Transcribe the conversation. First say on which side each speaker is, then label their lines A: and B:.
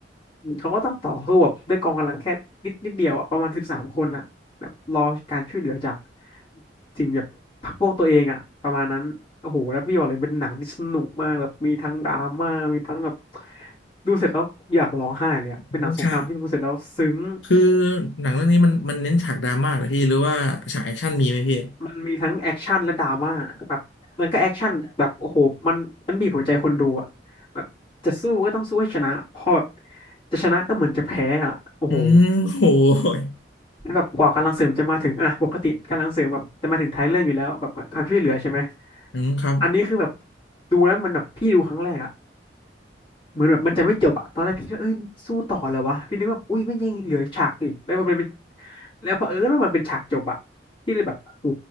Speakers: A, on the left; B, on the left.
A: เขาก็ต้องต่อสู้แบบด้วยกองกำลังแค่นิดนิดเดียวอะประมาณสิบสามคนอะแบบรอการช่วยเหลือจากสิ่งแบบพรรคพวกตัวเองอะประมาณนั้นโอ้โหแล้วพี่บอกเลยเป็นหนังที่สนุกมากแบบมีทั้งดราม่ามีทั้งแบบดูเสร็จแล้วอยากร้องไห้เลยอะเป็นหนังสงครามที่ดูเสร็จแล้วซึ้ง
B: โอ้ฉากคือหนังเรื่องนี้มันมันเน้นฉากดราม่าเหรอพี่หรือว่าฉากแอคชั่นมีไหมพี่
A: มันมีทั้งแอคชั่นและดราม่าแบบมันก็แอคชั่นแบบโอ้โหมันมันบีบหัวใจคนดูอะแบบจะสู้ก็ต้องสู้ให้ชนะพอแบบจะชนะก็เหมือนจะแพ้อะโอ้โห
B: อืมโหย
A: แบบกว่ากำลังเสริมจะมาถึงอ่ะปกติกำลังเสริมแบบจะมาถึงท้ายเรื่องอยู่แล้วแบบความช่วยเหลือใช่ไหม
B: อืมครับ
A: อันนี้คือแบบดูแล้วมันแบบพี่ดูครั้งแรกอะ เหมือนแบบมันจะไม่จบอะตอนแรกพี่ก็เอ้ยมันสู้ต่อเลยวะพี่นึกว่าอุ้ยไม่ยังเหลือฉากอีกแล้วมันเป็นแล้วเผอิญว่ามันเป็นฉากจบอะพี่เลยแบบโอ้โห